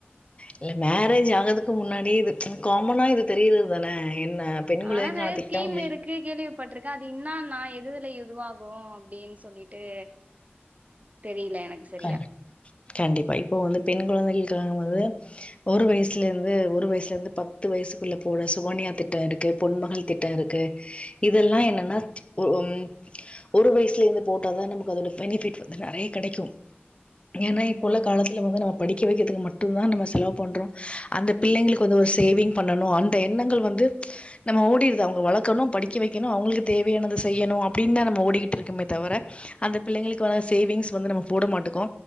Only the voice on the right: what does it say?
ஆனா நெறைய
ஸ்கீம் இருக்கு கேள்வி பட்டுருக்க அது இன்னுன நா எதுஎதுல இதுவாகும் அப்டின்னு சொல்லிட்டு தெரியல எனக்கு சரியா
ஓஹோ